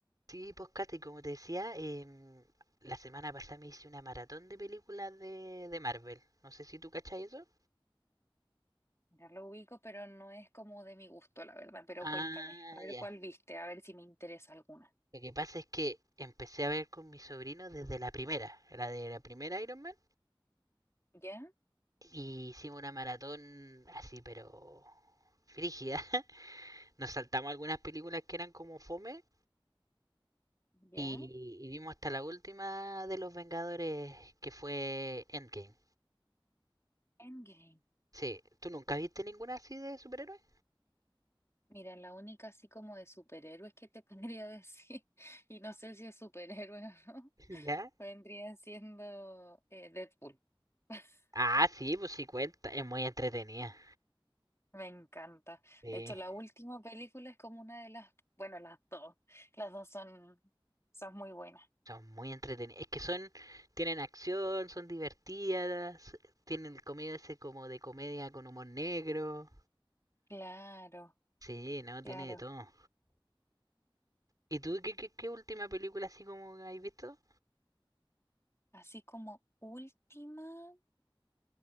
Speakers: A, on the right (about 45°); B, on the left (about 30°).
A: Sí, pues Kate, como te decía, em, la semana pasada me hice una maratón de películas de, de Marvel. No sé si tú cachas eso.
B: Ya lo ubico, pero no es como de mi gusto, la verdad. Pero
A: Ah,
B: cuéntame, a ver
A: ya.
B: cuál viste, a ver si me interesa alguna.
A: Lo que pasa es que empecé a ver con mi sobrino desde la primera, la de la primera Iron Man,
B: ¿Ya?
A: y hicimos una maratón así, pero frígida. <laughs> Nos saltamos algunas películas que eran como fome
B: ¿Ya?
A: y, y vimos hasta la última de los Vengadores que fue Endgame.
B: Endgame.
A: Sí, ¿tú nunca viste ninguna así de superhéroes?
B: Mira, la única así como de superhéroes que te podría decir, <laughs> y no sé si es superhéroe o no,
A: <laughs> ¿Ya?
B: vendría siendo eh, Deadpool. <laughs>
A: Ah, sí, pues sí cuenta. Es muy entretenida.
B: Me encanta.
A: Sí,
B: De hecho, la última película es como una de las, bueno, las dos. Las dos son, son muy buenas.
A: son muy entretenidas. Es que son, tienen acción, son divertidas, tienen el comedia ese como de comedia con humor negro.
B: Claro,
A: Sí, no, tiene
B: claro.
A: de todo. ¿Y tú qué, qué, qué última película así como has visto?
B: Así como última.